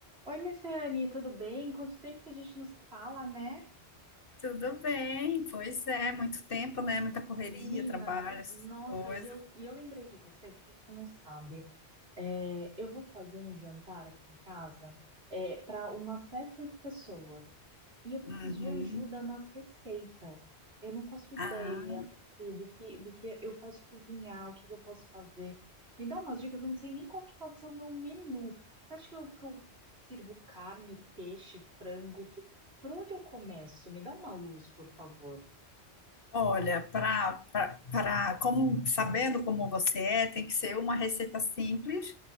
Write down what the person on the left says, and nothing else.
Tudo bem, pois é, muito tempo, né? Muita correria,
trabalho, essas
coisas.
Uhum.
Ah,
olha, para para como sabendo como você é, tem que ser uma receita simples,